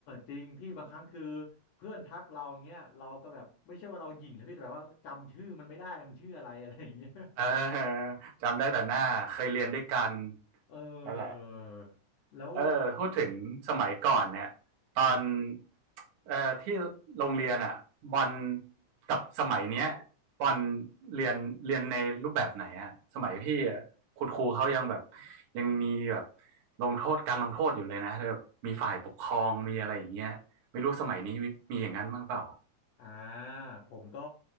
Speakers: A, on the left; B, on the right.
A: จริงพี่บางครั้งคือเพื่อนทักเราเงี้ยเราก็แบบไม่ใช่ว่าเราหยิ่งนะพี่แต่แบบว่าจำชื่อมันไม่ได้มันชื่ออะไรอะไรอย่างเงี้ย
B: <laughs> เออจำได้แต่หน้าเคยเรียนด้วยกัน
A: <laughs> เออ
B: นั่นแหละ
A: แล้ว
B: เออพูดถึงสมัยก่อนเนี่ยตอนเอ่อที่โรงเรียนอ่ะบอลกับสมัยเนี้ยบอลเรียนเรียนในรูปแบบไหนอ่ะสมัยพี่อะคุณครูเขายังแบบยังมีแบบลงโทษการลงโทษอยู่เลยนะแบบมีฝ่ายปกครองมีอะไรอย่างเงี้ยไม่รู้สมัยนี้มีมีอย่างนั้นบ้างเปล่า
A: อ่าผมก็